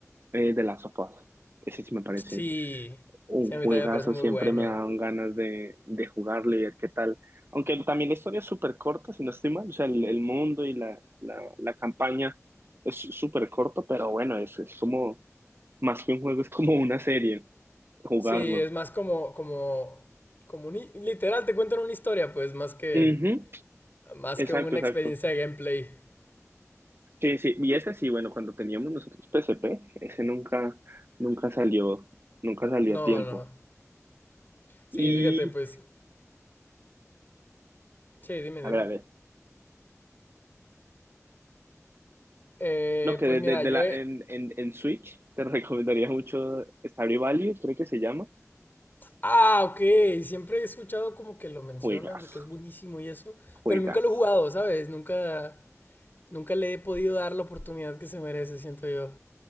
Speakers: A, on the right (about 45°); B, on the left (about 35°).
A: eh, de Last of Us. Ese sí me parece.
B: Sí,
A: Un
B: sí, a mí
A: juegazo,
B: también me parece muy
A: siempre
B: bueno.
A: me dan ganas de, de jugarlo y ver qué tal. Aunque también la historia es súper corta, si no estoy mal. O sea, el, el mundo y la, la, la campaña es súper corto, pero bueno, es, es como, más que un juego, es como una serie, jugarlo.
B: Sí, es más como, como, como un hi- literal, te cuentan una historia, pues, más que,
A: Ujú,
B: más
A: Exacto,
B: que una
A: exacto.
B: experiencia de gameplay.
A: Sí, sí. Y ese sí, bueno, cuando teníamos nosotros PSP, ese nunca, nunca salió, nunca salió
B: No,
A: a tiempo.
B: no. Sí,
A: Y,
B: fíjate, pues. Sí, dime,
A: a
B: dime.
A: ver, a ver.
B: Eh,
A: No, que
B: pues
A: de,
B: mira,
A: de- de
B: yo
A: la,
B: he...
A: en, en, en Switch te <laughs> recomendaría mucho Stardew Valley, creo que se llama.
B: Ah, ok. Siempre he escuchado como que lo mencionan,
A: Juegazo,
B: de que es buenísimo y eso,
A: juegazo.
B: pero nunca lo he jugado, ¿sabes? Nunca, nunca le he podido dar la oportunidad que se merece, siento yo.